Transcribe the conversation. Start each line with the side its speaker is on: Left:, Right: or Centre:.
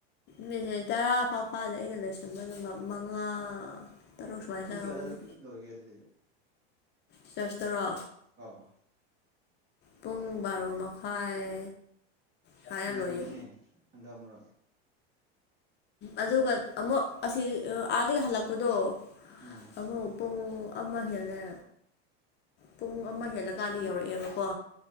Left: ꯃꯤꯅꯤꯠ ꯇꯔꯥ ꯐꯥꯎ ꯐꯥꯗꯦ ꯑꯩꯅ ꯂꯣꯏꯁꯟꯕꯗꯨ ꯃꯛ ꯃꯉꯥ ꯇꯔꯨꯛ ꯁꯨꯃꯥꯏꯅ
Right: ꯄꯨꯡ
Left: ꯆꯪꯉꯝꯒꯅꯤ
Right: ꯀꯌꯥꯗ ꯂꯣꯢꯒꯦ ꯑꯗꯨꯗꯤ
Left: ꯆ꯭ꯔꯁ ꯇꯔꯣ
Right: ꯑꯥꯎ
Left: ꯄꯨꯡ ꯕꯥꯔꯣ ꯃꯈꯥꯏ ꯁꯨꯃꯥꯏꯅ
Right: ꯉꯜꯂꯤꯅꯦ
Left: ꯂꯣꯏꯌꯦ
Right: ꯍꯥꯟꯗꯛ ꯃꯔꯛ
Left: ꯑꯗꯨꯒ ꯑꯃꯨꯛ ꯑꯁꯤ ꯑꯥꯗꯒꯤ ꯍꯜꯂꯛꯄꯗꯣ
Right: ꯎꯝ
Left: ꯑꯃꯨꯛ ꯄꯨꯡ ꯑꯃ ꯍꯦꯜꯂꯦ ꯄꯨꯡ ꯑꯃ ꯍꯦꯜꯂꯀꯥꯟꯗ ꯌꯧꯔꯛꯑꯦꯕꯀꯣ